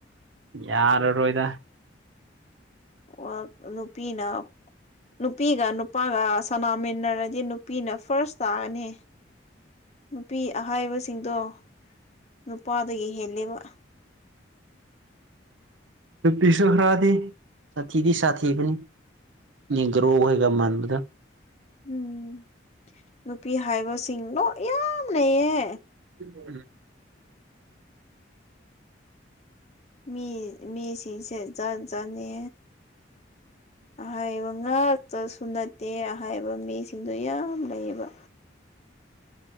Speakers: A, on the right (about 80°); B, on the left (about 35°).
A: ꯌꯥꯔꯔꯣꯏꯗ
B: ꯋ꯭ꯔꯜ ꯅꯨꯄꯤꯅ ꯅꯨꯄꯤꯒ ꯅꯨꯄꯥꯒ ꯁꯅꯥꯃꯤꯟꯅꯔꯗꯤ ꯅꯨꯄꯤꯅ ꯐꯥ꯭ꯔꯁ ꯇꯥꯒꯅꯤ ꯅꯨꯄꯤ ꯑꯍꯥꯏꯕꯁꯤꯡꯗꯣ ꯅꯨꯄꯥꯗꯒꯤ ꯍꯦꯜꯂꯦꯕ
A: ꯅꯨꯄꯤꯁꯨ ꯈ꯭ꯔꯥꯗꯤ ꯁꯥꯊꯤꯗꯤ ꯁꯥꯊꯤꯕꯅꯤ ꯅꯦꯒ꯭ꯔꯣꯍꯣꯏꯒ ꯃꯥꯟꯕꯗꯨ
B: ꯎꯝ ꯅꯨꯄꯤ ꯍꯥꯏꯕꯁꯤꯡ ꯂꯣ ꯌꯥꯝ ꯂꯩꯌꯦ
A: ꯎꯝ
B: ꯃꯤ ꯃꯤꯁꯤꯡꯁꯦ ꯖꯥꯠ ꯖꯥꯠꯅꯤ ꯑꯍꯩꯕ ꯉꯥꯛꯇꯁꯨ ꯅꯠꯇꯦ ꯑꯍꯩꯕ ꯃꯤꯁꯤꯡꯗꯨ ꯌꯥꯝ ꯂꯩꯌꯦꯕ